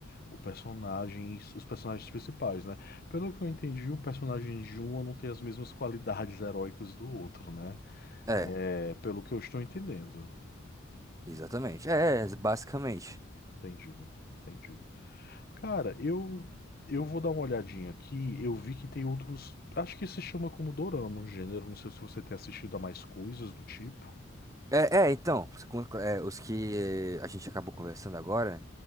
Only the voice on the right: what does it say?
É,
exatamente. É, é, basicamente.
É, é, então, os con- é, os que eh, a gente acabou conversando agora